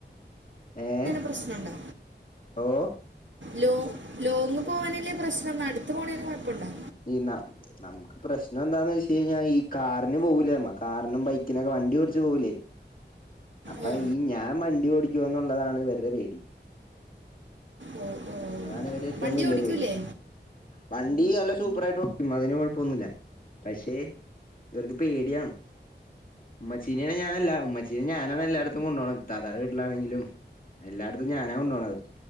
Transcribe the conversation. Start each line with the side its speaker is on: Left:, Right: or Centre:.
Left: ഏഹ്
Right: പ്രശ്നണ്ടോ
Left: ഓഹ്
Right: ലോ ലോങ്ങ് പോവാനല്ലേ പ്രശ്നം അട്ത്ത് പോണേന് കൊഴപ്പണ്ടോ
Left: ഈ നമ് നമ്ക്ക് പ്രശ്ന എന്താന്ന് വെച്ച് കഴിഞ്ഞാ ഈ കാറിന് പോവൂലേ നമ്മ കാറിനും ബൈക്കിനൊക്കെ വണ്ടി ഓടിച്ച് പോവൂലേ അപ്പൊ
Right: ആ,
Left: ഈ ഞാ വണ്ടി ഓടിക്കോന്നുള്ളതാണ് ഇവര്ടെ പേടി
Right: ഓ ഓ
Left: അതാണ് ഇവര്‌ടേ ഏറ്റവും
Right: വണ്ടി
Left: വല്ലേ
Right: ഓടിക്കൂലേ
Left: പേടി വണ്ടി നല്ല സൂപ്പറായിട്ട് ഓടിക്കും അതിന് കൊഴപ്പൊന്നുല്ല പക്ഷെ ഇവർക്ക് പേടിയാണ് ഇമ്മച്ചീ നേൺ ഞാനല്ല ഉമ്മച്ചീനെ ഞാനാണ് എല്ലാട്ത്തും കൊണ്ടാണത് ത്താത്താടെ വീട്ട്ലാണെങ്കിലും എല്ലാട്ത്തും ഞാനാ കൊണ്ടോണത്